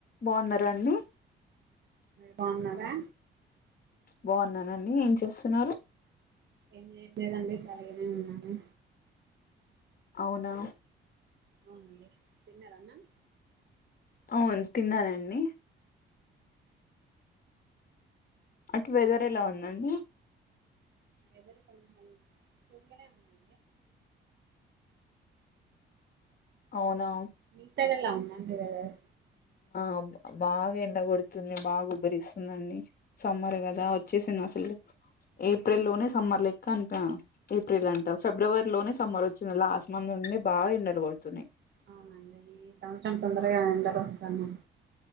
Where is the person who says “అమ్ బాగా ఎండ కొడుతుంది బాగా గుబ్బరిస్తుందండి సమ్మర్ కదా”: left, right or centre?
Left